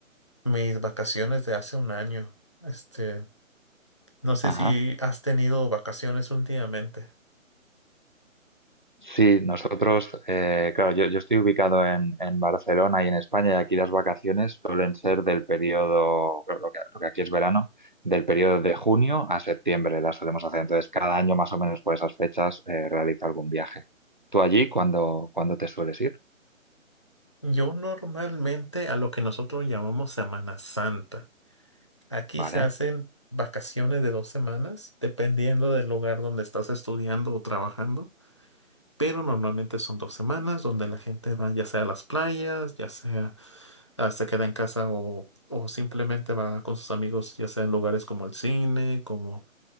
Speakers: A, on the left; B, on the right.
A: mis vacaciones de hace un año. Este, no sé
B: Ajá.
A: si has tenido vacaciones últimamente.
B: Sí, nosotros, eh, claro, yo, yo estoy ubicado en, en Barcelona y en España, y aquí las vacaciones suelen ser del periodo, claro, lo que, lo que aquí es verano, del periodo de junio a septiembre las solemos hacer. Entonces, cada año más o menos por esas fechas eh, realizo algún viaje. ¿Tú allí cuándo, cuándo te sueles ir?
A: Yo normalmente a lo que nosotros llamamos Semana Santa. Aquí
B: Vale.
A: se hacen vacaciones de dos semanas, dependiendo del lugar donde estás estudiando o trabajando. Pero normalmente son dos semanas donde la gente va ya sea a las playas, ya sea ah, se queda en casa o, o simplemente va con sus amigos, ya sea en lugares como el cine, como,